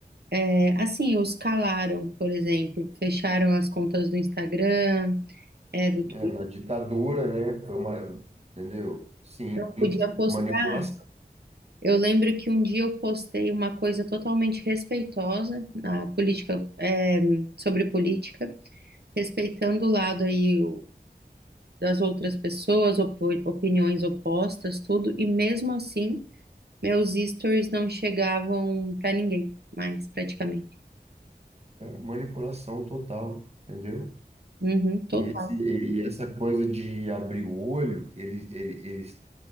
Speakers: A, on the right; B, on the right.
A: é, assim, os calaram, por exemplo, fecharam as contas do Instagram, é, do Twitter,
B: é, na ditadura, né? Foi uma, entendeu? Sim,
A: não podia postar.
B: manipulação.
A: Eu lembro que um dia eu postei uma coisa totalmente respeitosa na política, é, sobre política, respeitando o lado aí das outras pessoas, opo- opiniões opostas, tudo, e mesmo assim, meus stories não chegavam pra ninguém mais, praticamente.
B: Manipulação total, entendeu?
A: Uhum, total.
B: E, esse, e essa coisa de abrir o olho, eles, eles, eles,